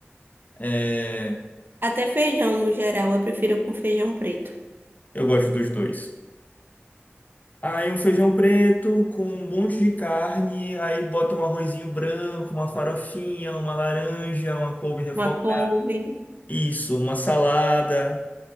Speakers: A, on the left; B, on the right.
A: É,
B: Até feijão, no geral, eu prefiro com feijão preto.
A: eu gosto dos dois. Aí um feijão preto com um monte de carne, aí bota um arrozinho branco, uma farofinha, uma laranja, uma couve refogada.
B: Uma couve.
A: Isso, uma salada.